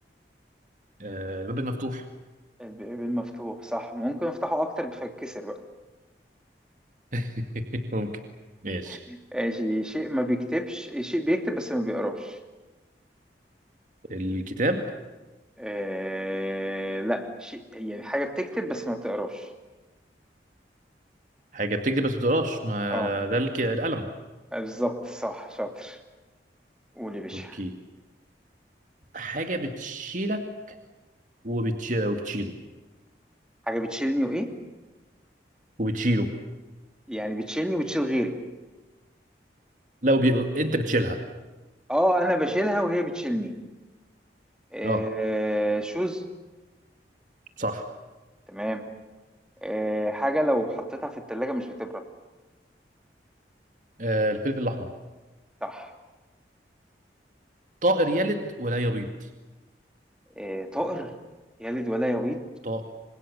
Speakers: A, on the right; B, in the centre.
A: آه الباب المفتوح
B: الب- الباب مفتوح صح ممكن افتحه اكتر بفكسر بقى
A: <laughs> ممكن ماشي
B: <laughs> ماشي شيء ما بيكتبش شيء بيكتب بس ما بيقراش
A: الكتاب
B: آه لا شيء هي حاجة بتكتب بس ما بتقراش
A: حاجة بتكتب بس ما بتقراش ما
B: اه
A: ده الك- القلم
B: بالظبط صح شاطر قول يا باشا
A: اوكي حاجة بتشيلك وبتش... وبتشيله
B: حاجة بتشيلني وإيه؟
A: وبتشيله
B: يعني بتشيلني وبتشيل غيري
A: لا وبي... انت بتشيلها
B: اه أنا بشيلها وهي بتشيلني آه
A: اه
B: شوز
A: صح
B: تمام آه حاجة لو حطيتها في التلاجة مش بتبرد
A: آه الفلفل الاحمر
B: صح
A: طائر يلد ولا يبيض
B: آه طائر يلد ولا يبيض
A: طائر